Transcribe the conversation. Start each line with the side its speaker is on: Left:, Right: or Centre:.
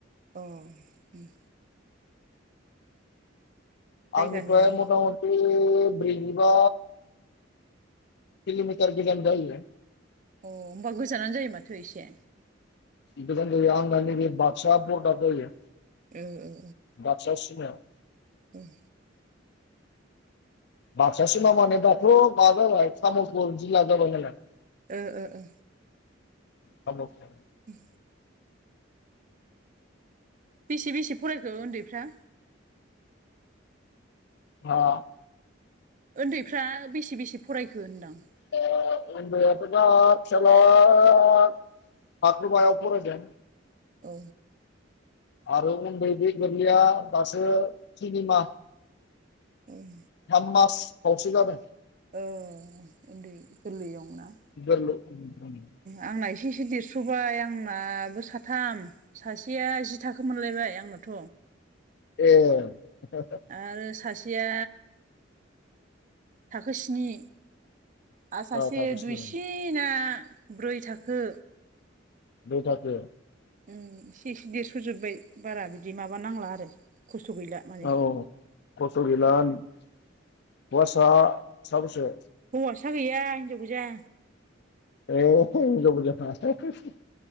Right: अ उम जायगानिनो
Left: आंनिफ्राय मथा मथ थि ब्रैजिबा किल'मिटार गोजान जायो।
Right: अ होमबा गोजानानो जायो माथो एसे।
Left: गोजान जायो आंना नैबे बागसा बरदाद जायो।
Right: ओ ओ।
Left: बागसा सिमायाव।
Right: उम।
Left: बागसा सिमा माने दाथ' मा जाबाय तामुलपुर जिल्ला जाबाय नालाय।
Right: ओ ओ ओ।
Left: तामुलपुर।
Right: उम बेसे बेसे फरायखो ओन्दैफ्रा?
Left: मा?
Right: ओन्दैफ्रा बेसे बेसे फरायखो होनदां?
Left: ओ उन्दैयाथ' दा फिसाला थाखो बायाव फरायदों।
Right: औ।
Left: आरो उन्दै बे गोरलैया दासो टिनिमा।
Right: उम
Left: थाम मास खावसे जादों।
Right: ओ उन्दै गोरलै दंना।
Left: <unintelligible>
Right: आंना एसे एसे देरस'बाय आंनाबो साथाम। सासेया जि थाखो मोनलायबाय आंनाथ'।
Left: ए <unintelligible>
Right: आरो सासेया थाखो स्नि आरो सासे
Left: थाखोस्नि
Right: दुइसिना ब्रै थाखो
Left: नै थाखो
Right: उम इसे इसे देरस्र'जोबबाय बारा बिदि माबा नांला आरो खस्थ' गैला माने
Left: औ औ खस्थ' गैला हौवासा साबैसे
Right: हौवासा गैया हिनजाव गोजा
Left: ए हिन्जाव गोजा <unintelligible>